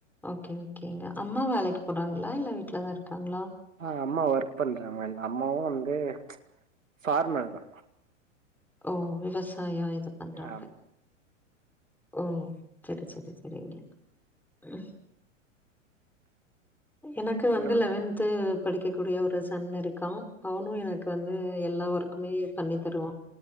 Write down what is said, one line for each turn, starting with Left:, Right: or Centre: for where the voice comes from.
Centre: ஓகே ஓகேங்க அம்மா வேலைக்கு போறாங்ளா இல்ல வீட்லதா இருக்காங்ளா
Right: ஆ அம்மா ஒர்க் பண்றாங்க அம்மாவு வந்து ஃபார்மர்தா
Centre: ஓ விவசாய இது பண்றாங்க
Right: ஆமா
Centre: ஓ சரி சரி சரிங்க ம் எனக்கு
Right: அப்புறோ
Centre: வந்து லெவன்து படிக்க கூடிய ஒரு சன் இருக்கா அவனு எனக்கு வந்து எல்லா வர்க்குமே பண்ணி தருவா